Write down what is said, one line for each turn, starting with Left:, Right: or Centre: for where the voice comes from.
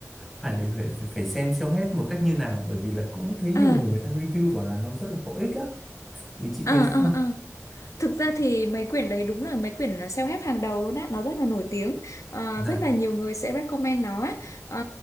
Centre: phải phải phải, phải xem xem hết một cách như nào bởi vì là cũng thấy nhiều
Left: à
Centre: người người ta review bảo là nó rất là có ích á thì chị
Left: à
Centre: thấy
Left: à
Centre: sao
Left: à Thực ra thì mấy quyển đấy đúng là mấy quyển self-help hàng đầu luôn á, nó rất là nổi tiếng, Ờ,
Centre: dạ
Left: rất là nhiều người sẽ recommend nó á. Ờ,